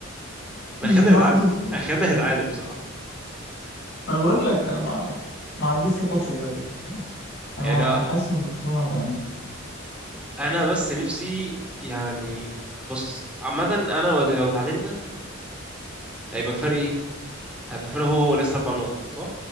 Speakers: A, in the centre; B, on the left.
A: أنا
B: <laughs> 7
A: خلينا نتعادل
B: صفر
A: أنا خلينا نتعادل بصراحة
B: انا بقول لك انا ما ما عنديش ثقه في الريال بصراحه انا
A: يعني
B: حاسس ان برشلونه هتعمل
A: أنا بس نفسي يعني بص عامة أنا لو لو اتعادلنا هيبقى فرق إيه؟ هيبقى فرق هو هو لسه أربع نقط برضه صح؟